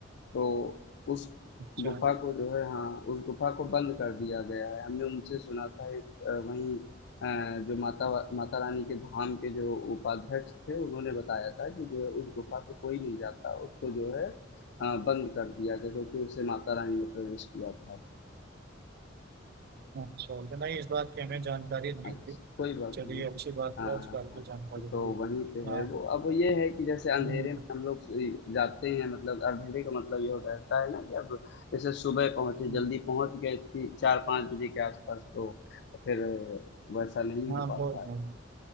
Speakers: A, on the left (about 60°); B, on the right (about 50°).
A: तो उस
B: अच्छा
A: गुफा को जो है हाँ उस गुफा को बंद कर दिया गया है हमने उनसे सुना था एक अ, वहीं अ, जो माता वा- माता रानी के धाम के जो उपाध्यक्ष थे उन्होंने बताया था कि जो है उस गुफा से कोई नहीं जाता उसको जो है अ, बंद कर दिया गया क्योंकि उससे माता रानी ने प्रवेश किया था
B: अच्छा तो नहीं इस बात की हमें जानकारी नहीं
A: अच्छा,
B: थी
A: कोई बात
B: चलिए
A: नहीं
B: अच्छी बात
A: हाँ
B: हुआ इस बात की जानकारी
A: तो
B: हुई
A: वहीं पे
B: हाँ
A: है वो अब ये है कि जैसे अंधेरे
B: हम्म,
A: में हम लोग सो- जाते हैं मतलब अंधेरे का मतलब ये होता रहता है ना कि अब जैसे सुबह पहुंचे
B: हम्म,
A: जल्दी पहुंच गए थी चार पाँच बजे के आसपास तो फिर वैसा नहीं हो
B: हाँ
A: पाता
B: बहुत बहुत,
A: है